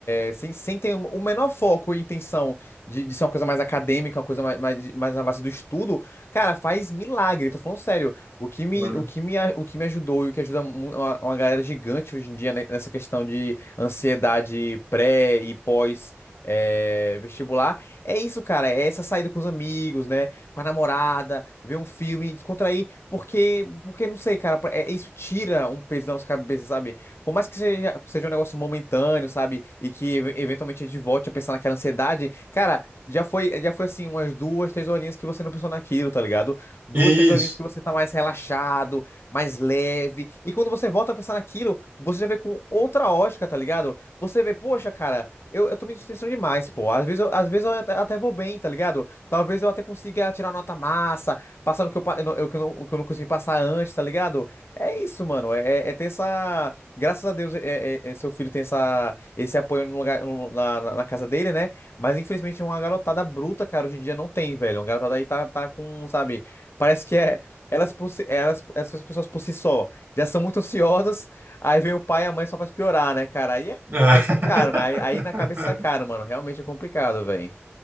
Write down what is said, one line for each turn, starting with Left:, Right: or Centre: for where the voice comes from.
Left: é, sem, sem ter o menor foco e intenção de, de ser uma coisa mais acadêmica, uma coisa mais, mais, mais na base do estudo, cara, faz milagre, tô falando sério. O que me,
Right: Claro.
Left: o que me, a- o que me ajudou e o que ajuda mu- uma, uma galera gigante hoje em dia né, nessa questão de ansiedade pré e pós. é, vestibular, é isso, cara. É essa saída com os amigos, né? Com a namorada, ver um filme, descontrair. Porque, porque não sei, cara, é, isso tira um peso da nossa cabeça, sabe? Por mais que seja, seja um negócio momentâneo, sabe? E que ev- eventualmente a gente volte a pensar naquela ansiedade, cara, já foi, já foi assim, umas duas, três horinhas que você não pensou naquilo, tá ligado? Duas,
Right: Isso.
Left: três horinhas que você tá mais relaxado, mais leve. E quando você volta a pensar naquilo, você já vê com outra ótica, tá ligado? Você vê, poxa, cara, eu, eu tô me distanciando demais, pô. Às vezes eu, às vezes eu até, até vou bem, tá ligado? Talvez eu até consiga tirar nota massa passando o que eu, pa- eu não- eu que eu não, o que eu não consegui passar antes, tá ligado? É isso, mano. É, é é ter essa. Graças a Deus, é, é- é- seu filho tem essa, esse apoio no lugar, no- na, na na casa dele, né? Mas infelizmente uma garotada bruta, cara, hoje em dia não tem, velho. Uma garotada aí tá, tá com, sabe? Parece que é. Elas, por si- elas, essas pessoas por si só já são muito ansiosas, aí vem o pai e a mãe só faz piorar, né, cara? Aí, é,
Right: É.
Left: aí sai caro, né? Aí, aí na cabeça sai caro,
Right: <laughs>
Left: mano. Realmente é complicado, velho.